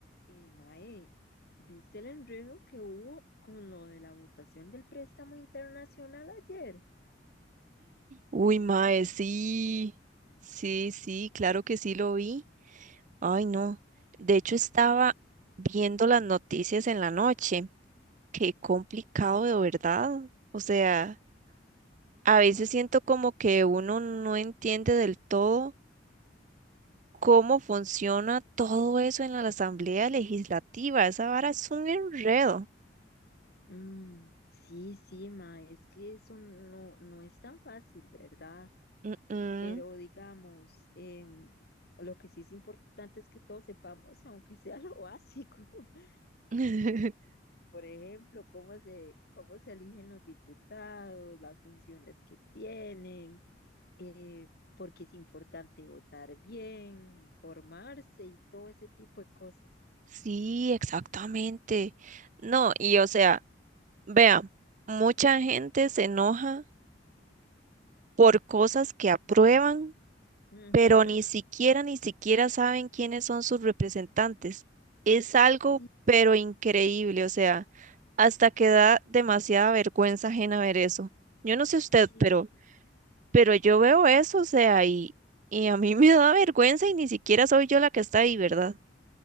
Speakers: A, on the left; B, on the right.
A: Eh, mae, ¿viste el enredo que hubo con lo de la votación del préstamo internacional ayer?
B: Uy, mae, sí, sí, sí, claro que sí lo vi. Ay, no. De hecho, estaba viendo las noticias en la noche. Qué complicado de verdad. O sea, a veces siento como que uno no entiende del todo cómo funciona todo eso en la Asamblea Legislativa. Esa vara es un enredo.
A: Mm, sí, sí, mae, es que eso no, no es tan fácil, ¿verdad?
B: Mm, mm.
A: pero digamos, em, lo que sí es importante es que todos sepamos, aunque sea lo básico. <laughs> Eh,
B: <laughs>
A: por ejemplo, cómo se, cómo se eligen los diputados, las funciones que tienen, eh, por qué es importante votar bien, formarse y todo ese tipo de cosas.
B: Sí, exactamente. No, y o sea. Vea, mucha gente se enoja por cosas que aprueban,
A: Ujú,
B: pero ni siquiera, ni siquiera saben quiénes son sus representantes. Es algo,
A: Sí,
B: pero increíble, o sea, hasta que da demasiada vergüenza ajena ver eso. Yo no sé usted,
A: sí,
B: pero, pero yo veo eso, o sea, y, y a mí <laughs> me da vergüenza y ni siquiera soy yo la que está ahí, ¿verdad?